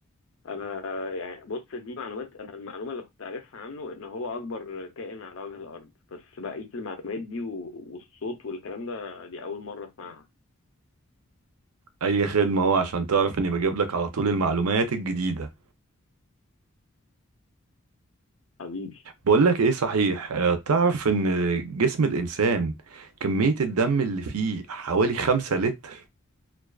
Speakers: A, on the left (about 60°); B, on the right (about 85°).
A: انا آه، يعني بص دي معلومات انا المعلومه اللي كنت عارفها عنه ان هو اكبر كائن على وجه الارض بس بقيه المعلومات دي و- والصوت والكلام ده دي اول مره اسمعها
B: اي خدمة هو عشان تعرف اني بجيب لك على طول المعلومات الجديدة
A: حبيبي
B: بقولك ايه صحيح آه، تعرف ان جسم الانسان كمية الدم اللي فيه حوالي خمسة لتر